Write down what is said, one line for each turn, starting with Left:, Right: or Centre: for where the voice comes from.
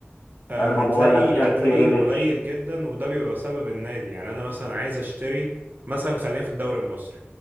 Right: آه،
Left: يعني
Right: هتلاقي
Left: ماجواير جاك
Right: هتلاقي
Left: جريليتش
Right: قليل جدا وده بيبقى سبب النادي يعني انا مثلا عايز اشتري مثلا خلينا في الدوري المصري